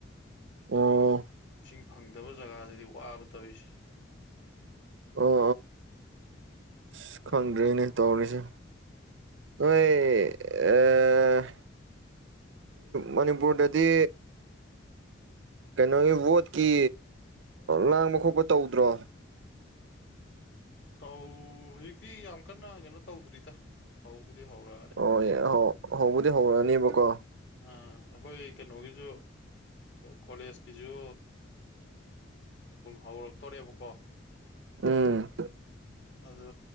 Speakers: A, on the right; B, on the left.
A: ꯑꯣ
B: ꯏꯁꯤꯡ ꯐꯪꯗꯕ ꯖꯒꯥꯗꯗꯤ ꯋꯥꯕ ꯇꯧꯔꯤꯁꯤ
A: ꯑꯣ
B: <inaudible>
A: ꯑꯁ ꯈꯪꯗ꯭ꯔꯦꯅꯦ ꯇꯧꯔꯤꯁꯦ ꯅꯣꯏ ꯑ.... ꯃꯅꯤꯄꯨ꯭ꯔꯗꯗꯤ ꯀꯩꯅꯣꯒꯤ ꯕꯣꯠꯀꯤ ꯂꯥꯡꯕ ꯈꯣꯠꯄ ꯇꯧꯗ꯭ꯔꯣ
B: ꯇꯧ ꯍꯧꯖꯤꯛꯇꯤ ꯌꯥꯝ ꯀꯟꯅ ꯀꯩꯅꯣ ꯇꯧꯗ꯭ꯔꯤꯗ ꯍꯧꯕꯨꯗꯤ ꯍꯧꯔꯅꯤ
A: ꯑꯣ ꯍꯧ ꯍꯧꯕꯨꯗꯤ ꯍꯧꯔꯅꯦꯕꯀꯣ
B: ꯑ ꯑꯩꯈꯣꯏ ꯀꯩꯅꯣꯒꯤꯁꯨ ꯀꯣꯂꯦꯖꯀꯤꯁꯨ ꯍꯧꯔꯛꯇꯣꯔꯦꯕꯀꯣ
A: ꯎꯝ
B: ꯑꯗꯨ